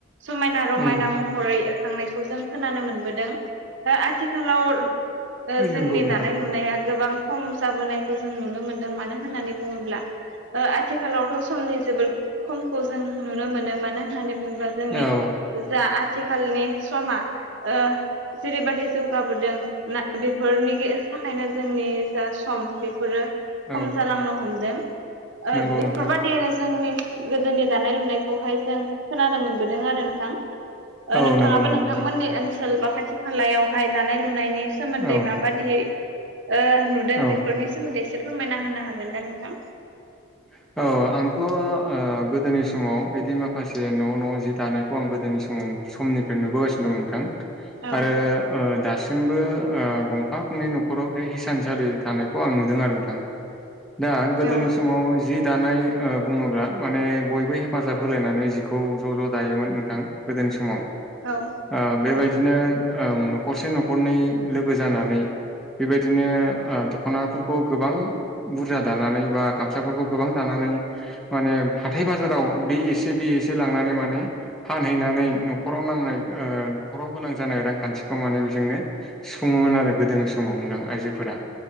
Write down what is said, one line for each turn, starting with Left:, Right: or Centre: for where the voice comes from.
Right: समायना रमायना
Centre: उम
Right: महरै होयो। खांनायखौ जों खोनानो मोनबोदों ओ आथिखालाव ओ जोंनि
Centre: नंगौ नोंथां
Right: दानाय लुनाया गोबां खम जाबोनायखौ जों नुनो मोनदों मानो होननानै बुङोब्ला ओ आथिखालावथ' समनि जोबोद खमखौ जों नुनो मोनो मानो होननानै बुंङोब्ला जोंनि
Centre: औ
Right: जा आथिखालनि समा। ओ जेरैबादि जौगाबोदों ना बेफोरनि थाखायनो जोंनि जा सम बेफोरो खम
Centre: औ
Right: जालांनो हमदों। ओ
Centre: नंगौ
Right: बेफोरबायदिनो
Centre: नोंथां
Right: जोंनि गोदोनि दानाय लुनाय खौहाय जों खोनानो मोनबोदों आरो नोंथां ओ
Centre: औ
Right: नोंथाङाबो
Centre: नंगौ नंगौ
Right: नोंथांमोननिओन
Centre: नोंथां
Right: ओनसोल बा खाथि खालायावहाय दानाय लुनायनि सोमोन्दै
Centre: औ
Right: माबादियै। ओ नुदों
Centre: औ
Right: बेफोरनि सोमोन्दै एसे फोरमायना होनो हागोन दा नोंथां
Centre: <inaudible> औ आंथ' गोदोनि समाव बिदि माखासे न' न' जि दानायखौ आं गोदोनि समाव समनिफ्राय नुबोगासिनो दं नोंथां
Right: औ
Centre: आरो ओ दासि दासिमबो ओ गंफा गंनै न'खराव बे हिसानसालि थानायखौ आं नुदों आरो नोंथां दा गोदोनि
Right: औ
Centre: समाव जि दानाय ओ बुङोब्ला माने बयबो हेफाजाब होलायनानै जिखौ ज' ज' दायोमोन नोंथां गोदोनि समाव ओ
Right: औ
Centre: बेबायदिनो
Right: औ
Centre: ओ न'खरसे न'खरनै लोगो जानानै बेबायदिनो ओ दख'नाफोरखौ गोबां बुरजा दानानै बा गामसाफोरखौ गोबां दानानै माने हाथाय बाजाराव बे एसे बे एसे लांनानै नानै माने फानहैनानै न'खराव नांनाय ओ न'खराव गोनां जानाय रांखान्थिखौ माने बेजोंनो सुफुं- दंमोन आरो गोदोनि समाव नोथां आयजोफोरा।